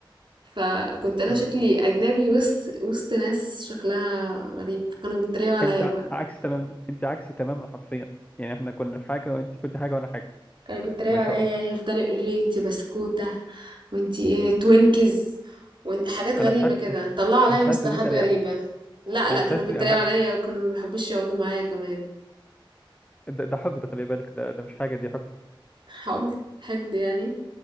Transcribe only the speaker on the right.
فكنت أنا
شكلي أجنبي وسط وسط ناس شكلها غريب كانوا بيتريقوا عليا
بقى
كانوا بيتريقوا
عليا
يعني يفضلوا يقولوا لي انتي بسكوتة وانتي ايه توينكز وحاجات غريبة
كده
طلعوا عليا
مصطلحات
غريبة لا لا
كانوا
بيتريقوا
عليا وكانوا ما بيحبوش يقعدوا معايا كمان
حقد حقد يعني